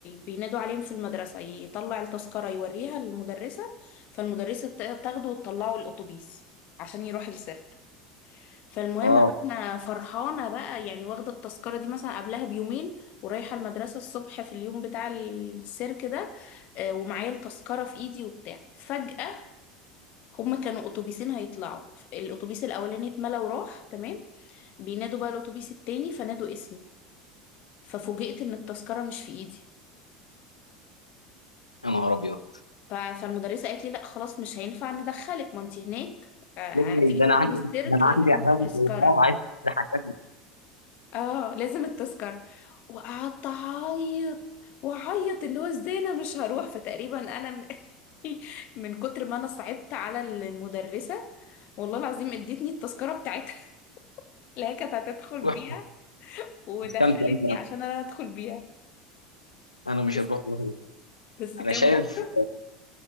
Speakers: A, on the left; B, on the left.
A: بينادوا عليهم في المدرسة يطلع التذكرة يوريها للمدرسة فالمدرسة ت- تاخده وتطلعه الأتوبيس عشان يروح السيرك فالمهم
B: اه
A: بقى انا فرحانه بقى يعني واخده التذكره دي مثلا قبلها بيومين ورايحه المدرسه الصبح في اليوم بتاع السيرك ده آه، ومعايا التذكره في ايدي وبتاع فجاه هما كانوا اتوبيسين هيطلعوا الاتوبيس الاولاني اتملى وراح تمام بينادوا بقى الاتوبيس التاني فنادوا اسمي ففوجئت ان التذكره مش في ايدي
B: يا نهار أبيض
A: ف- فالمدرسه قالت لي لا خلاص مش هينفع ندخلك ما انت هناك آه،
B: ده
A: هتيجي
B: ده
A: تدخلي
B: أنا عندي
A: السيرك
B: ده أنا عندي
A: لازم
B: عزاوي
A: التذكره
B: طموحات عايز أحقق
A: اه لازم التذكرة وقعدت اعيط واعيط اللي هو ازاي انا مش هروح فتقريبا انا م- <laughs> من كتر ما انا صعبت على المدرسة والله العظيم ادتني التذكرة بتاعتها <laughs> اللي هي كانت هتدخل
B: روح
A: بيها ودخلتني
B: استمتع أنت
A: عشان انا ادخل بيها
B: أنا مش
A: بس
B: هروح أنا مش هروح.
A: بس
B: أنا
A: كان
B: شايف
A: موقف